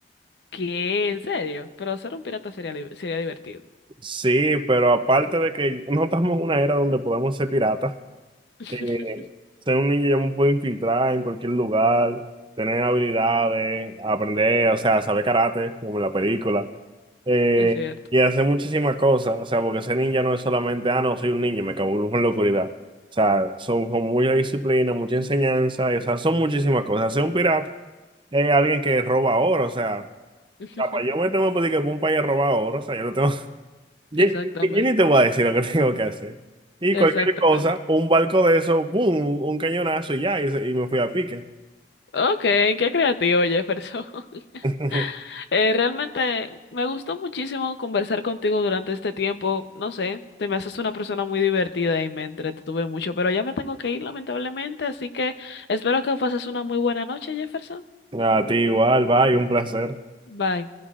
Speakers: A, on the left; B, on the right.
A: ¿Qué? ¿En serio? Pero ser un pirata sería, li- sería divertido.
B: Sí, pero aparte de que no estamos en una era donde podemos ser piratas,
A: <laughs>
B: eh, ser un ninja ya me puedo infiltrar en cualquier lugar, tener habilidades, aprender, o sea, saber karate, como en la película, eh,
A: Es cierto.
B: y hacer muchísimas cosas, o sea, porque ser ninja no es solamente, ah, no, soy un ninja, me camuflo en la oscuridad. O sea, son, son mucha disciplina, mucha enseñanza, y, o sea, son muchísimas cosas. Ser un pirata es alguien que roba oro, o sea, o
A: <laughs>
B: sea, para yo meterme a pedir que un país a robar oro, o sea, yo lo tengo yo,
A: Exactamente.
B: yo ni te voy a decir lo que <laughs> tengo que hacer. Y
A: Exactamente.
B: cualquier cosa, un barco de eso, ¡pum! un cañonazo y ya, y, se- y me fui a pique.
A: Ok, qué creativo, Jefferson. <laughs>
B: <laughs>
A: Eh, realmente me gustó muchísimo conversar contigo durante este tiempo. No sé, te me haces una persona muy divertida y me entretuve mucho, pero ya me tengo que ir lamentablemente, así que espero que pases una muy buena noche, Jefferson.
B: A ti igual, bye, un placer.
A: Bye.